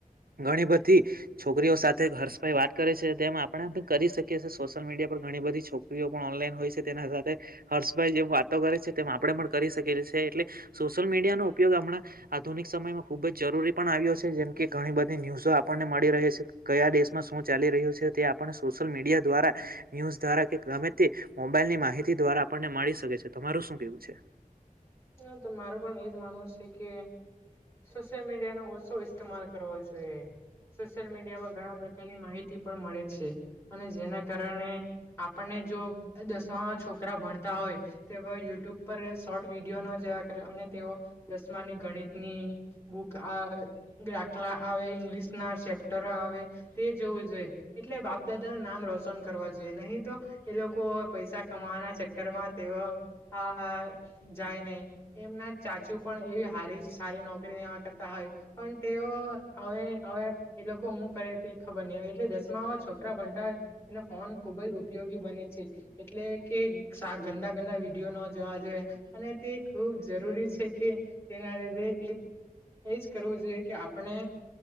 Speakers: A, on the right; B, on the left.
A: ઘણી બધી છોકરીઓ સાથે હર્ષભાઈ વાત કરે છે. તેમ આપણે પણ કરી શકી છીએ સોશિયલ મીડિયા ઘણી બધી છોકરીઓ પણ ઓનલાઈન હોય છે તેના સાથે હર્ષભાઈ જેમ વાતો કરે છે તેમ આપણેે પણ કરી શક એ છે એટલે સોશિયલ મીડિયા નો ઉપયોગ હમણાં આધુનિક સમયમાં ખુબ જ જરૂરી પણ આવ્યો છે જેમ કે ઘણી બધી ન્યુઝો આપણને મળી રહે છે. કયા દેશમાં શું ચાલી રહ્યું છે તે આપણને સોશિયલ મીડિયા દ્વારા, ન્યુઝ દ્વારા કે ગમે તે મોબાઈલની માહિતી દ્વારા આપણને મળી શકે છે. તમારું શું કેવું છે?
B: ના તો મારું પણ એજ માનવું છે કે સોશિયલ મીડિયા નો ઓછો ઇસ્તેમાલ કરવો જોઈએ. સોશિયલ મીડિયામાં ઘણા પ્રકારની માહિતી પણ મળે છે અને જેના કારણે આપણને જો દસમા છોકરા ભણતા હોય તો યુટ્યુબ પર શોર્ટ વિડીયો ને જેવા કર અને તેઓ દસમાની ગણિત ની બુક આ દાખલા આવે ઇંગલીશ ના ચેપ્ટર આવે તે જોવું જોઈએ એટલે બાપ દાદા ના નામ રોશન કરવા જે નહી તો એ લોકો પૈસા કમાવાના ચક્કર માં તેઓ આ જાય નહી. એમના ચાચુ પણ એવી હારી સારી નોકરી વા કરતા હોય પણ તેઓ હવ હવે એ લોકો હું કરે તે ખબર ની આવે એટલે દસમામાં છોકરા ભણતા હોય ને કોમ ફો ખુબ જ ઉપયોગી બને છે એટલે કે ગંદા ગંદા વિડીયો ન જોવા જોઈએ અને તે ખૂબ જરૂરી છે કે તેના લીધે એજ કરવું જોઈએ કે આપણે